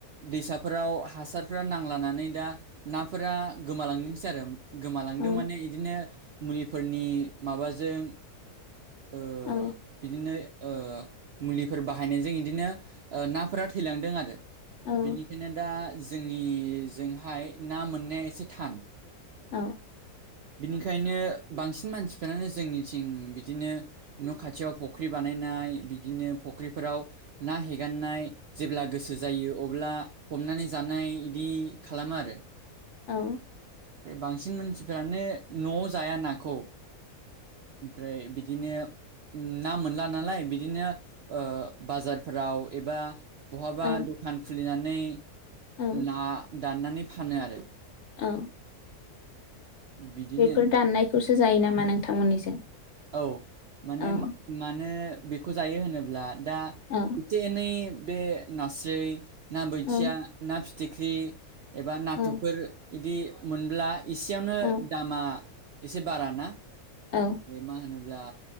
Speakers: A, on the right; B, on the left.
A: दैसाफोराव हासारफोरा नांलानानै दा नाफोरा गोमालांनोसै आरो। गोमालांदों
B: औ
A: माने इदिनो मुलिफोरनि माबाजों ओ
B: औ
A: बिदिनो ओ मुलिफोर बाहायनायजों इदिनो नाफोरा थैलांदों आरो।
B: औ
A: बेनिखायनो दा जोंनिजोंहाय ना मोननाया एसे थान।
B: औ
A: बिनिखायनो बांसिन मानसिफ्रानो जोंनिथिं बिदिनो न' खाथियाव फख्रि बानायनाय बिदिनो फुख्रिफोराव ना हेगारनाय जेब्ला गोसो जायो अब्ला हमनानै जानाय इदि खालामो आरो।
B: औ
A: ओ बांसिन मानसिफोरानो न'आव जाया नाखौ ओमफ्राय बिदिनो ना मोनला नालाय बिदिनो ओ बाजारफोराव एबा बहाबा
B: औ
A: सान खुलिनानै
B: औ
A: ना दाननानै फानो आरो
B: औ
A: बिदिनो
B: बेफोर दाननायखौसो जायो नामा नोंथांमोननिजों?
A: औ माने
B: औ
A: मानो बेखौ जायो होनोब्ला दा
B: औ
A: एसे एनै बे नास्राय ना बोथिया
B: औ
A: ना फिथिख्रि एबा नाथुरफोर
B: औ
A: बिदि मोनब्ला एसेयावनो
B: औ औ
A: दामा एसे बाराना?
B: औ।
A: मा होनोब्ला